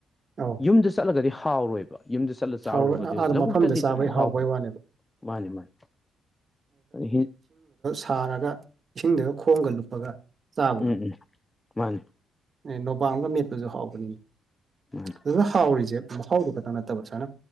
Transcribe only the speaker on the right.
ꯑꯧ
ꯍꯥꯎꯔ ꯑꯥꯗ
ꯃꯐꯝꯗ ꯆꯥꯕꯩ
ꯍꯥꯎꯕꯩ
ꯋꯥꯅꯦꯕ
ꯊꯔꯒ ꯏꯁꯤꯡꯗꯨꯒ ꯈꯣꯡꯒ ꯂꯨꯞꯄꯒ ꯆꯥꯕꯗꯣ
ꯑꯦ ꯅꯣꯕꯥꯜꯒ ꯃꯦꯠꯄꯁꯨ ꯍꯥꯎꯕꯅꯤꯅꯦ
ꯑꯗꯨꯗ ꯍꯥꯎꯔꯤꯁꯦ ꯃꯍꯥꯎꯗꯨ ꯈꯛꯇꯪ ꯅꯠꯇꯕ ꯁꯨꯃꯥꯏꯅ